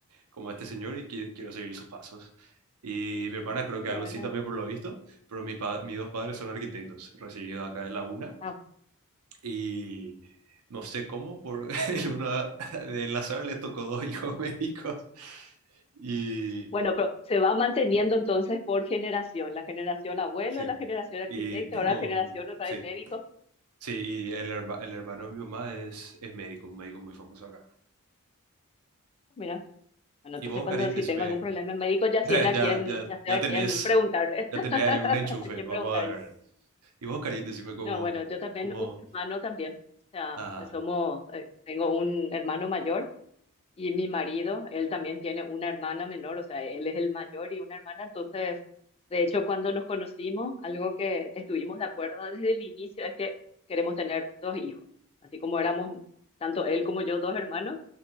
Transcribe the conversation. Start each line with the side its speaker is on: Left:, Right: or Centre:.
Right: como a este señor y qui- quiero seguir sus pasos. Y mi hermana creo
Left: Ah,
Right: que
Left: qué
Right: algo
Left: bueno.
Right: así también por lo visto, pero mis, pa- mis dos padres son arquitectos, recibido acá de la UNA
Left: Ah,
Right: y no sé cómo, por <laughs> el uno del azar les tocó dos <laughs> hijos médicos y
Left: bueno, pero se va manteniendo entonces por generación, la generación abuelo,
Right: sí,
Left: la generación arquitecta,
Right: y tengo
Left: ahora la generación
Right: un,
Left: otra
Right: sí,
Left: vez médico.
Right: sí, y el, herma- el hermano de mi mamá es, es médico, un médico muy famoso acá.
Left: Mira. Bueno,
Right: Y
Left: entonces
Right: vos,
Left: cuando
Right: Karim,
Left: si
Right: decime,
Left: tengo algún problema
Right: <laughs>
Left: médico, ya
Right: ya,
Left: sé a quién,
Right: ya,
Left: ya sé
Right: ya
Left: a
Right: tenés,
Left: quién preguntarle,
Right: ya
Left: <laughs>
Right: tenés ahí un enchufe,
Left: a quién
Right: vamos
Left: preguntarle.
Right: a ver. Y vos, Karim, decime como,
Left: No, bueno, yo también,
Right: como,
Left: un hermano también, o sea,
Right: ah,
Left: pues, somos, eh, tengo un hermano mayor y mi marido, él también tiene una hermana menor, o sea, él es el mayor y una hermana, entonces, de hecho, cuando nos conocimos, algo que estuvimos de acuerdo desde el inicio es que queremos tener dos hijos, así como éramos tanto él como yo dos hermanos,